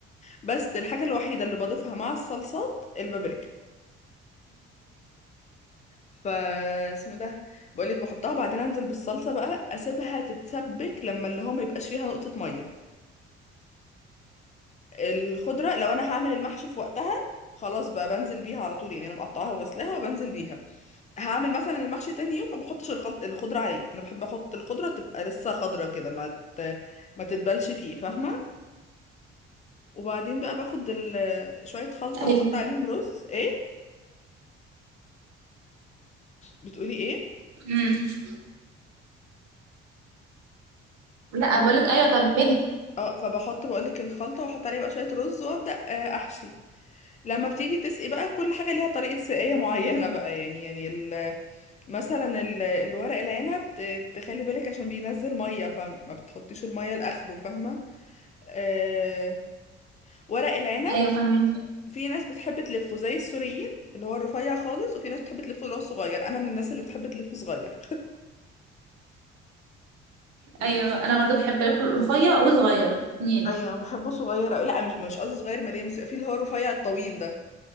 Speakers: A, on the left; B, on the right.
A: بس الحاجه الوحيده اللي بضيفها مع الصلصات البابريكا ف اسمه ده بقولك بحطها وبعدين انزل بالصلصه بقى اسيبها تتسبك لما اللي هو ما يبقاش فيها نقطه ميه الخضره لو انا هعمل المحشي في وقتها خلاص بقى بنزل بيها على طول يعني انا مقطعاها وغسلاها وبنزل بيها هعمل مثلا المحشي تاني يوم ما بحطش الخلط الخضره عليه انا بحب احط الخضره تبقى لسه خضره كده ما ت... ما تتبلش فيه فاهمه وبعدين بقى باخد ال- شوية خلطة
B: ايوه
A: واحط عليهم رز ايه بتقولي ايه
B: امم لا
A: انا
B: بقول
A: ب...
B: لك ايوه كملي
A: اه فبحط بقولك الخلطة واحط عليه بقى شوية رز وابدأ آه، احشي لما بتيجي تسقي بقى كل حاجة ليها طريقة سقاية معينة بقى يعني يعني ال... مثلا ال... الورق العنب ت- تخلي بالك عشان بينزل مية فما بتحطيش المية لآخره فاهمة أه... ورق العنب
B: ايوه فاهمين
A: في ناس بتحب تلفه زي السوريين اللي هو الرفيع خالص وفي ناس بتحب تلفه اللي هو الصغير انا من الناس اللي بتحب تلفه صغير <laughs>
B: ايوه انا برضو بحب الفول الرفيع والصغير اتنين
A: ايوه بحبه صغير أوي. لا مش مش قصدي صغير مليان بس يبقى فيه اللي هو الرفيع الطويل ده